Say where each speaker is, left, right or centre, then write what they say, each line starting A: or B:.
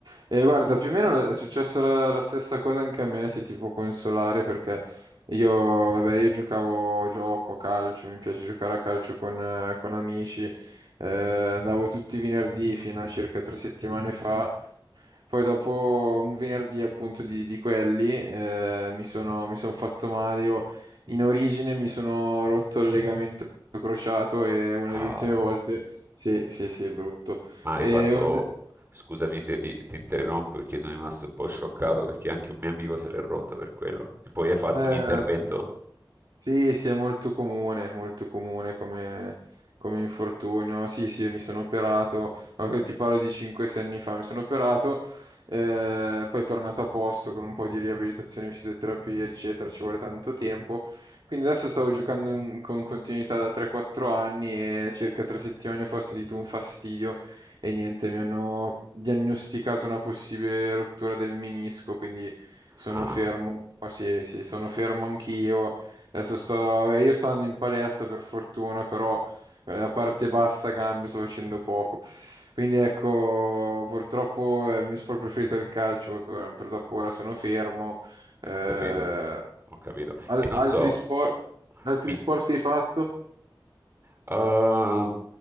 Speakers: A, on the right; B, on the right.
A: E guarda, più o meno è successa la, la stessa cosa anche a me, se ti può consolare, perché io, vabbè, io giocavo, gioco a calcio, mi piace giocare a calcio con, eh, con amici, eh, andavo tutti i venerdì fino a circa tre settimane fa poi dopo un venerdì appunto di, di quelli eh, mi sono, mi son fatto male. Io in origine mi sono rotto il legamento crociato e una
B: Ah,
A: delle ultime volte... Sì, sì, sì, brutto.
B: ma hai
A: E
B: fatto...
A: una de-
B: Scusami se ti, ti interrompo perché sono rimasto un po' scioccato perché anche un mio amico se l'è rotto per quello. E poi hai fatto
A: eh,
B: un intervento?
A: sì. Sì, sì, è molto comune, molto comune come, come infortunio. Sì, sì, mi sono operato, <laughs> eh, ti parlo di 5-6 anni fa, mi sono operato, eh, poi è tornato a posto con un po' di riabilitazione, fisioterapia, eccetera, ci vuole tanto tempo. Quindi adesso stavo giocando in- con continuità da 3-4 anni e circa 3 settimane fa ho sentito un fastidio e niente, mi hanno diagnosticato una possibile rottura del menisco, quindi sono
B: Ah,
A: fermo, sì, sì, sono fermo anch'io. Adesso sto, vabbè, io sto andando in palestra per fortuna, però eh, la parte bassa gambe sto facendo poco. Quindi ecco, purtroppo eh, il mio sport preferito è il calcio, per- purtroppo ora sono fermo. Eh,
B: ho capito, ho capito.
A: al-
B: E non
A: altri
B: so,
A: sport, altri
B: mi,
A: sport che hai fatto?
B: Ah,